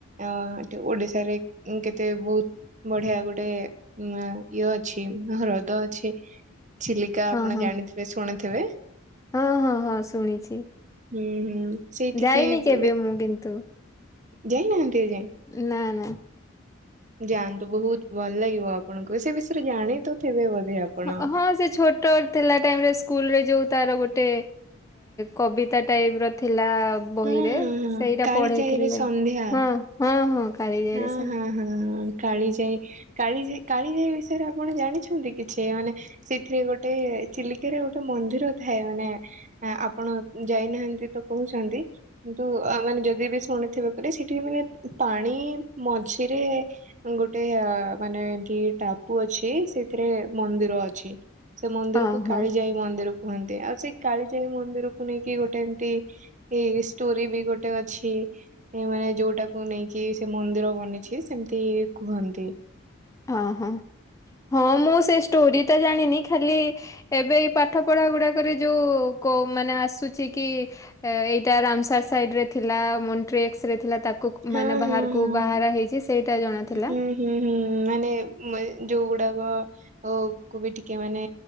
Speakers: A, on the right (about 35°); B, on the left (about 15°).
A: ଅଏଠି ଓଡିଶାରେ କେତେ ବହୁତ ବଢିଆ ଗୋଟେ ଉ ଇଏ ଅଛି ହ୍ରଦ ଅଛି ଚିଲିକା
B: ହଁ
A: ଆପଣ
B: ହଁ
A: ଜାଣିଥିବେ ଶୁଣିଥିବେ?
B: ହଁ ହଁ ହଁ ଶୁଣିଛି।
A: ହୁଁ ହୁଁ ସେଇଠିକି
B: ଯାଇନି କେବେ
A: ବି
B: ମୁଁ କିନ୍ତୁ।
A: ଯାଇନାହାନ୍ତି ଏଯାଏ?
B: ନା ନା।
A: ଯାଆନ୍ତୁ ବହୁତ ଭଲ ଲାଗିବ ଆପଣଙ୍କୁ ସେ ବିଷୟରେ ଜାଣି ତଥିବେ ବୋଧେ ଆପଣ।
B: ହଁ ଛୋଟ ଥିଲା ଟାଇମରେ ସ୍କୁଲରେ ଯୋଉ ତାର ଗୋଟେ କବିତା ତା ଟାଇପର ଥିଲା ବହିରେ
A: ହଁ ହଁ ହଁ
B: ସେଇଟା
A: କାଳିଜାଇରେ
B: ପଢେଇଥିଲେ
A: ସନ୍ଧ୍ୟା
B: ହଁ। ହଁ ହଁ କାଳିଜାଇ
A: ହଁ
B: ରେସମ
A: ହଁ ହଁ କାଳି ଯାଇ। କାଳିଜାଇ କାଳିଜାଇ ବିଷୟରେ ଆପଣ ଜାଣିଛନ୍ତି କିଛି ମାନେ ସେଥିରେ ଗୋଟେ ଚିଲିକାରେ ଗୋଟେ ମନ୍ଦିର ଥାଏ ମାନେ ଆପଣ ଯାଇନାହାନ୍ତି ତ କହୁଛନ୍ତି। କିନ୍ତୁ ଆ ମାନେ ଯଦି ବି ଶୁଣିଥିବେ <inaudible> ସେଠି ମାନେ ପାଣି ମଝିରେ ଗୋଟେ ଆ ମାନେ ଏମତି ଟାପୁ ଅଛି ସେଥିରେ ମନ୍ଦିର ଅଛି। ସେ ମନ୍ଦିରକୁ
B: ହଁ ହଁ
A: କାଳିଜାଇ ମନ୍ଦିର କୁହନ୍ତି ଆଉ ସେଇ କାଳିଜାଇ ମନ୍ଦିରକୁ ନେଇକି ଗୋଟେ ଏମତି ଏଇ ଷ୍ଟୋରି ବି ଗୋଟେ ଅଛି ଏ ମାନେ ଯୋଉଟାକୁ ନେଇକି ସେ ମନ୍ଦିର ବନିଛି ସେମିତି କୁହନ୍ତି।
B: ଅଁ ହଁ ହଁ ମୁଁ ସେ ଷ୍ଟୋରି ତ ଜାଣିନି ଖାଲି ଏବେ ଏଇ ପାଠପଢା ଗୁଡାକରେ ଯୋଉ କୋ ମାନେ ଆସୁଛି କି ଏଇଟା ରାମସାର ସାଇଡ ରେ ଥିଲା ମଣ୍ଟ୍ରିଏକ୍ସ ରେ ଥିଲା ତାକୁ
A: ହଁ
B: ମାନେ ବାହାରକୁ
A: ହଁ ହଁ
B: ବାହାର
A: ହଁ
B: ହେଇଛି ସେଇଟା ଜଣାଥିଲା।
A: ହୁଁ ହୁଁ ହୁଁ ମାନେ <inaudible> ଯୋଉ ଗୁଡାକ ଅ କୁ ବି ଟିକେ ମାନେ